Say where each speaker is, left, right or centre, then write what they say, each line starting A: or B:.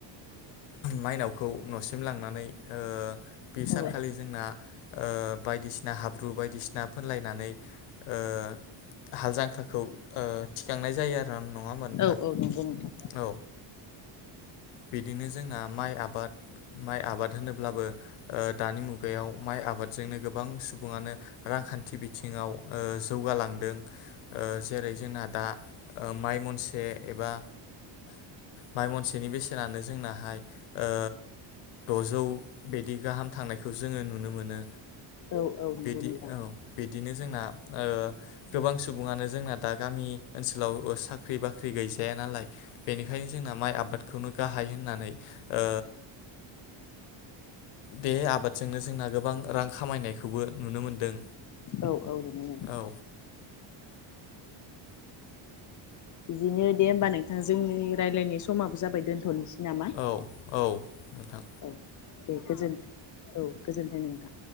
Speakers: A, on the left; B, on the left.
A: माइनावखौ न'सिम लांनानै ओ बे सानखालि
B: औ
A: जोंना ओ बायदिसिना हाब्रु बायदिसिना फोनलायनानै ओ हाल जांख्राखौ ओ थिखांनाय जायो आ थां नङा होनबा नोंथां?
B: औ औ नंगौ नोंथां।
A: औ बिदिनो जोंना माइ आबाद माइ आबाद होनोब्लाबो ओ दानि मुगायाव माइ आबादजोंनो गोबां सुबुङानो रांखान्थि बिथिङाव ओ जौगालांदों ओ जेरै जोंना दा ओ माइ मनसे एबा माइ मनसेनि बेसेन बेसेनानो जोंनाहाय ओ दजौ बिदि गाहाम थांनायखौ जोङो नुनो मोनो
B: औ औ नंगौ
A: बिदि
B: नोंथां
A: औ बि बिदिनो जोंना ओ गोबां सुबुङानो जोंना दा गामि ओनसोलाव ओ साख्रि बाख्रि गै जाया नालाय बेनिखायनो जों ना माय आबाद खौनो गाहाइ होननानै ओ बे आबादजोंनो जोंना गोबां रां खामायनायखौबो नुनो मोनदों
B: औ औ नंगौ नोंथां
A: औ।
B: बिदिनो दे होमबा नोंथां जोंनि रायलायनाय समाबो जाबाय दोनथ' थ'निसै नामा?
A: औ औ नोंथां
B: औ दे गोजोन्थों औ गोजोन्थों नोंथां।